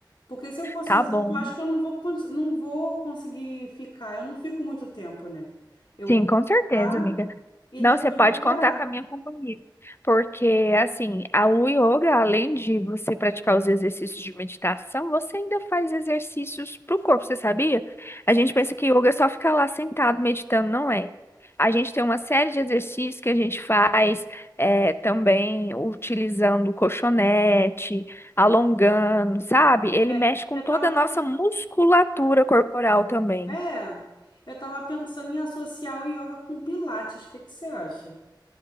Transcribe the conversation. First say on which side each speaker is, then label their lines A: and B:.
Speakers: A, on the left; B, on the left.
A: Porque se eu for sozinha,
B: Tá bom.
A: eu acho que eu não vou, cons- não vou conseguir ficar. Eu não fico muito tempo, né? Eu
B: Sim,
A: vou
B: com certeza,
A: ficar
B: amiga.
A: e
B: Não,
A: depois
B: você pode
A: vou parar.
B: contar com a minha companhia. Porque, assim, a- o yoga, além de você praticar os exercícios de meditação, você ainda faz exercícios para o corpo, você sabia? A gente pensa que yoga é só ficar lá sentado meditando, não é? A gente tem uma série de exercícios que a gente faz eh, também utilizando colchonete, alongando, sabe? Ele
A: É,
B: mexe com
A: eu
B: toda
A: tava,
B: a nossa
A: pen-
B: musculatura corporal também.
A: é, eu tava pensando em associar o yoga com pilates. O que que você acha?